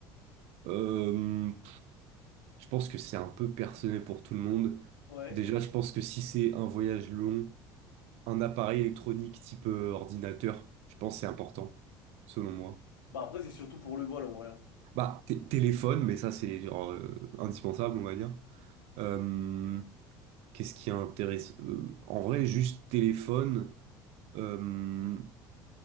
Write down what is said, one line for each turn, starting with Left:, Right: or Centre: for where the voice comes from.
Right: Euh, je pense que c'est un peu personnel pour tout le monde.
Left: Ouais.
Right: Déjà, je pense que si c'est un voyage long, un appareil électronique type euh, ordinateur, je pense que c'est important, selon moi.
Left: Bah après, c'est surtout pour le vol en vrai. hein.
Right: Bah, t- téléphone, mais ça c'est genre, euh, indispensable, on va dire. Euh, Qu'est-ce qui intéresse? euh, en vrai, juste téléphone. euh,